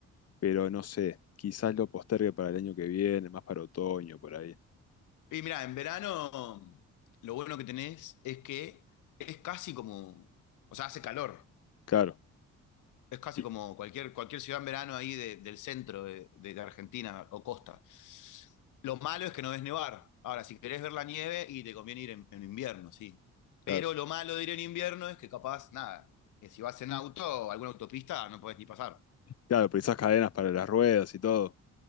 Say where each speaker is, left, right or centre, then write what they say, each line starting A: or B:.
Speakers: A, on the left; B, on the left.
A: pero no sé, quizás lo postergue para el año que viene, más para otoño, por ahí.
B: Y mira, en verano lo bueno que tenés es que es casi como, o sea, hace calor.
A: Claro,
B: Es casi
A: y-
B: como cualquier, cualquier ciudad en verano ahí de- del centro de, de- Argentina o costa. Lo malo es que no ves nevar. Ahora, si querés ver la nieve y te conviene ir en, en invierno, sí. Pero
A: claro,
B: lo malo de ir en invierno es que capaz, nada, que si vas en auto o alguna autopista no podés ni pasar.
A: claro, pero esas cadenas para las ruedas y todo.